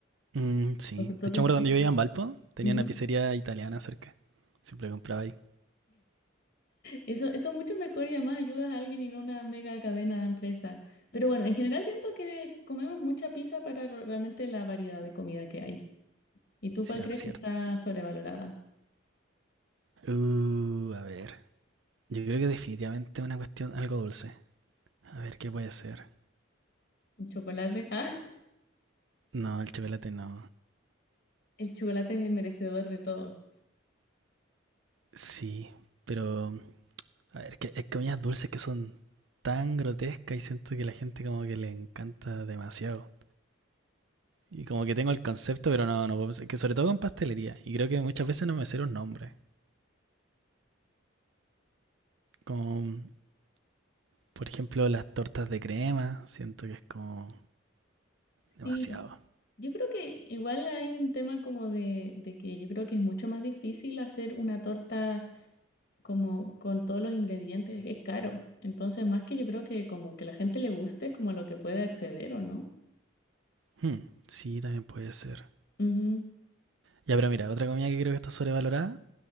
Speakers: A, on the right; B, on the left.
A: Mm, sí,
B: con sus propias
A: de hecho, me acuerdo
B: pizzas.
A: cuando yo vivía en Valpo, tenía
B: Ujú.
A: una pizzería italiana cerca. Siempre compraba ahí.
B: Eso, eso es mucho mejor y además ayudas a alguien y no una mega cadena de empresa. Pero bueno, en general siento que es- comemos mucha pizza para ro- realmente la variedad de comida que hay. ¿Y tú
A: Sí,
B: cuál
A: es
B: crees
A: cierto.
B: que está sobrevalorada?
A: Uh, a ver. Yo creo que definitivamente una cuestión algo dulce. A ver, ¿qué puede ser?
B: El chocolate. <laughs> Ah,
A: No, el chocolate no.
B: el chocolate es merecedor de todo.
A: Sí, pero A ver, que hay comidas dulces que son tan grotescas y siento que la gente como que le encanta demasiado. Y como que tengo el concepto, pero no, no puedo pensar- Que sobre todo con pastelería. Y creo que muchas veces no me sé los nombres. Como, por ejemplo, las tortas de crema. Siento que es como demasiado.
B: Sí, yo creo que igual hay un tema como de, de que yo creo que es mucho más difícil hacer una torta como con todos los ingredientes, es que es caro. Entonces, más que yo creo que como que la gente le guste es como lo que puede acceder o no.
A: Hmm, sí, también puede ser.
B: Ujú.
A: Ya, pero mira, otra comida que creo que está sobrevalorada